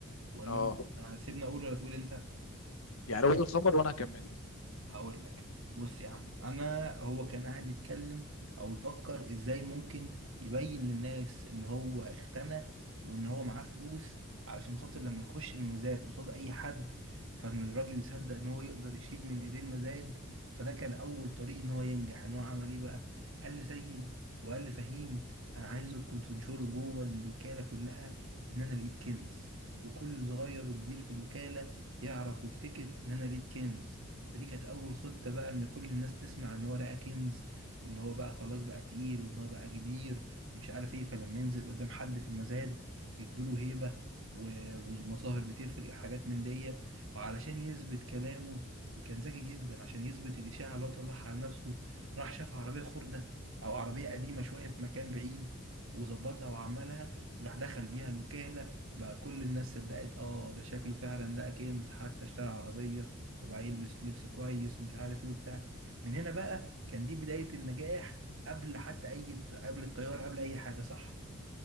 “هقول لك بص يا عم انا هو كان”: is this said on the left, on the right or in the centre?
Right